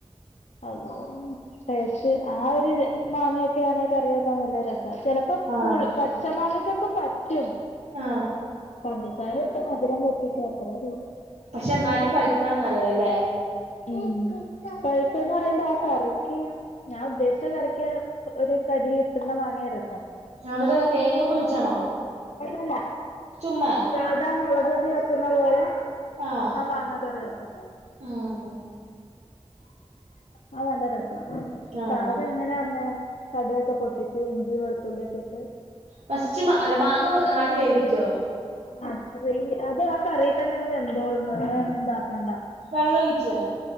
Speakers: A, on the left; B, on the right.
A: അള്ളൊ ടേസ്റ്റ് ആ ഒരു മാങ്ങൊക്കെ ആണെ കറി വെ നല്ലെ രെസ ചെലാപ്പൊ
B: ആഹ്
A: പുയ് പച്ച മാങ്ങക്കൊക്കെ പച്
B: ആഹ്
A: പഞ്ചസാരയിട്ട് മധുരം വെപ്പിക്കും അത്രയൊള്ളു.
B: പക്ഷെ ന്നാലും പഴുത്തതാണ് നല്ലത ല്ലേ?
A: ഉം പൈസന്ന് പറയുമ്പോ ആ കറിക്ക് ഞാൻ ഉദ്ദേശിച്ച കറിക്ക് ഒരു കടി ഇട്ടുന്ന വാങ്ങിയ രസം
B: അന്നര നല്ല തേങ്ങക്ക ഒഴിച്ചാണോ?
A: അല്ലല്ല-
B: ചുമ്മാ.
A: സാധാ മൊളക് കറി വെക്കുന്ന പോലെ
B: ആഹ്
A: ആ മാങ്ങ കറി വെക്കും.
B: ആഹ്
A: ആ നല്ല രസ-
B: ആഹ്
A: സാധ എങ്ങനെ പറഞ്ഞ കടുവൊക്കെ പൊട്ടിച്ച് ഇഞ്ചി വെളുത്തുള്ളി ഒക്കെ ഇട്ട്
B: ഫസ്റ്റിമ അല്ല മാങ്ങ ആദ്യം വേവിക്കോ
A: ആഹ് കറി അത് ആ കറിയിൽ തന്നെ അങ്ങ് വെന്തോളും വേറോന്നും ഇതാക്കണ്ടാ
B: വെള്ളൊഴിച്ച്.